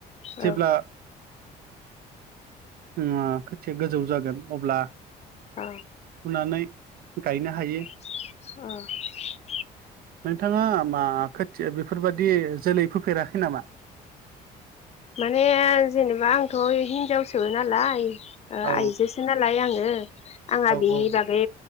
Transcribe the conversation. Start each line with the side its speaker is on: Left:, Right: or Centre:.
Right: जेब्ला
Left: औ
Right: अ एसे गोजौ जागोन अब्ला
Left: औ
Right: फुनानै गायनो हायो
Left: अ <unintelligible>
Right: नोंथाङा मा खोथिया बेफोरबादि जोलै फोफेराखै नामा?
Left: माने जेनेबा आंथ हिनजावसो नालाय। आइजोसो
Right: औ
Left: नालाय आङो। आंहा
Right: औ
Left: बिनि
Right: औ
Left: बागै